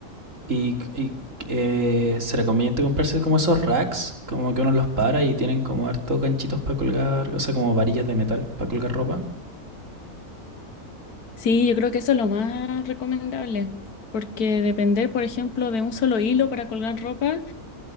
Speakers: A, on the right; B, on the left.
A: ¿Y, y eh, será conveniente comprarse como esos racks? Como que uno los para y tienen como hartos ganchitos para colgar, o sea, como varillas de metal para colgar ropa.
B: Sí, yo creo que eso es lo más recomendable, porque depender, por ejemplo, de un solo hilo para colgar ropa,